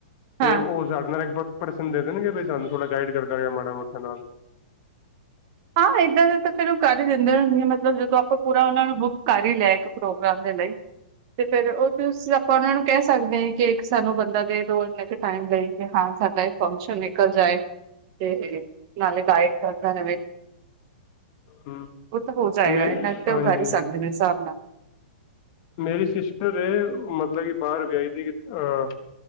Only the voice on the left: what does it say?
ਤੇ
ਉਹ ਸਾਡੇ ਨਾਲ ਇੱਕ ਪਰਸਨ ਦੇ ਦੇਣਗੇ ਬਈ ਸਾਨੂੰ ਥੋੜ੍ਹਾ ਗਾਈਡ ਕਰਦਾ ਮਾੜਾ ਮੋਟਾ ਨਾਲ।
ਹੂੰ,
ਮੇ
ਹਾਂਜੀ
ਮੇਰੀ ਸਿਸਟਰ ਐ ਮਤਲਬ ਕਿ ਬਾਰ ਗਈ ਦੀ ਅ